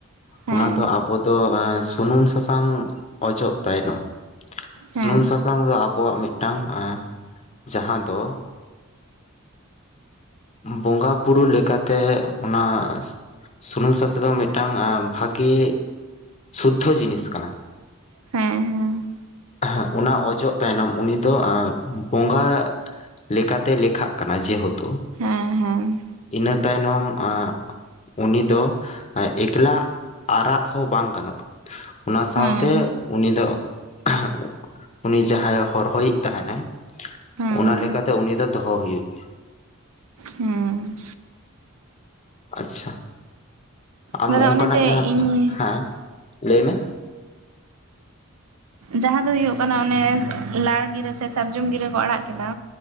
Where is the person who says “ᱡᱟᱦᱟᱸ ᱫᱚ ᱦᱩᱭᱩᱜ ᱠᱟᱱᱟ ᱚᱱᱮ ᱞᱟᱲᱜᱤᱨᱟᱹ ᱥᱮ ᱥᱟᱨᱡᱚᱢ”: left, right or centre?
Right